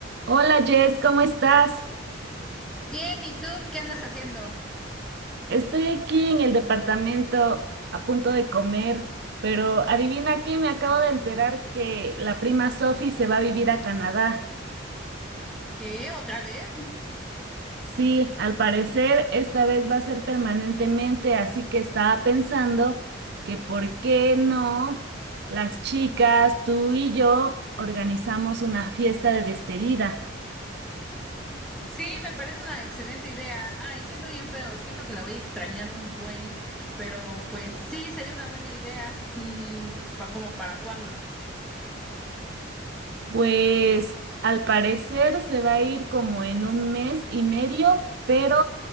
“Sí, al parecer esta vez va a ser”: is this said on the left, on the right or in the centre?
Right